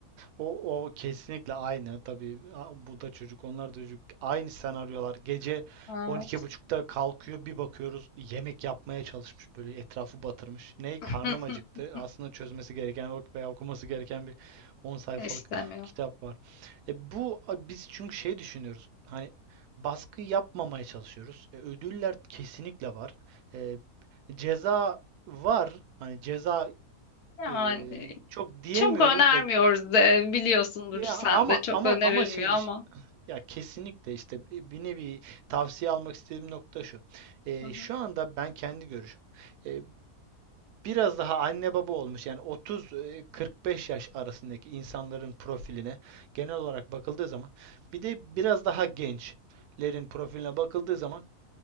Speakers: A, on the right (about 85°); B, on the left (about 75°).
A: o o kesinlikle aynı. Tabii a- bu da çocuk, onlar da çocuk. Aynı senaryolar. Gece
B: Aa,
A: 12.30'da kalkıyor, bir bakıyoruz yemek yapmaya çalışmış böyle etrafı batırmış. Ney? Karnım
B: <laughs>
A: acıktı. Aslında çözmesi gereken ok- veya okuması gereken bir 10 sayfalık
B: İstemiyor.
A: kitap var. E, bu a, biz çünkü şey düşünüyoruz. Hani baskı yapmamaya çalışıyoruz. E, ödüller kesinlikle var. E, ceza var. Hani ceza
B: Yani
A: Eee, çok diyemiyoruz
B: çok önermiyoruz
A: da
B: de biliyorsundur
A: ya
B: sen
A: ama
B: de çok
A: ama
B: önerilmiyor
A: ama şimdi
B: ama.
A: ş- ya kesinlikle işte bi- bir nevi tavsiye almak istediğim nokta şu. Eee,
B: Hı hı.
A: şu anda ben kendi görüşüm eee, biraz daha anne baba olmuş yani 30-45 yaş arasındaki insanların profiline genel olarak bakıldığı zaman bir de biraz daha gençlerin profiline bakıldığı zaman